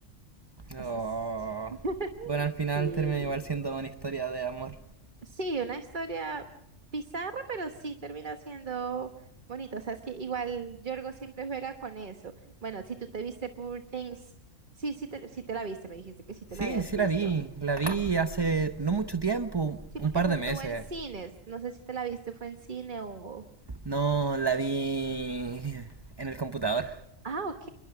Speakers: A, on the right; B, on the right.
A: Es-
B: Oh.
A: es- <laughs>
B: Bueno, al final
A: sí.
B: termina igual siendo una historia de amor.
A: Sí, una historia bizarra, pero sí termina siendo bonita. O sea, es que igual Yorgo siempre juega con eso. Bueno, si tú te viste Poor Things, sí, sí te, sí te la viste, me dijiste que sí te
B: Sí,
A: la habías
B: sí
A: visto.
B: la vi. La vi hace no mucho tiempo,
A: Sí,
B: un
A: porque
B: par
A: esa
B: de
A: estuvo
B: meses.
A: en cines. No sé si te la viste, fue en cine o...
B: No la vi en el computador.
A: Ah, ok.